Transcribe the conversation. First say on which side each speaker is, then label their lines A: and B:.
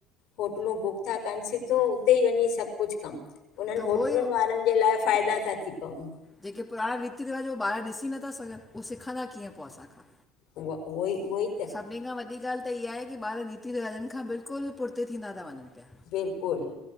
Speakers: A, on the left; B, on the left.
A: होटलूं बुक था कनि सिधो उते ई वंञीं सभु कुझु कम उन्हनि
B: त उहो
A: होटलुनि
B: ई
A: वारनि ॼे लाए फ़ाइदा था थी पवनि
B: ॼेके पुराणां रीति रिवाॼ ओ ॿार ॾिसी नथा सघनि, उहो सिखंदा कीअं पो असांखां
A: उव उवई उवई
B: सभिनी खां वॾी ॻाल्हि त इहा ए की ॿार रीति रिवाॼ़नि खां बिल्कुलु पुर्ते थींदा ता वंञंनि।
A: बिल्कुलु